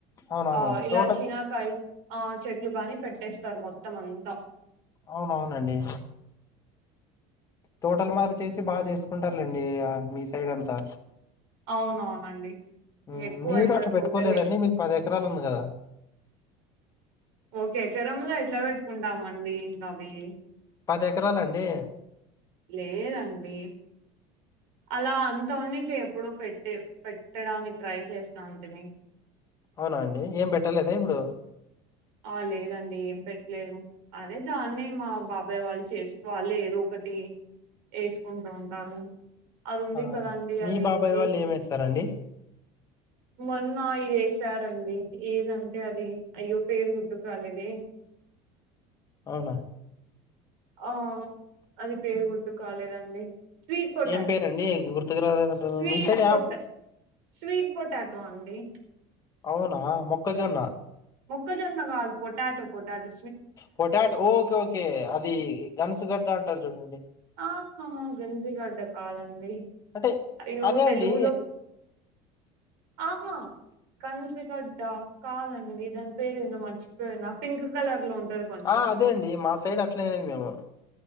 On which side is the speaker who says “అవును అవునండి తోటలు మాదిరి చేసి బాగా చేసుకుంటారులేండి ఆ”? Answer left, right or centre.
Left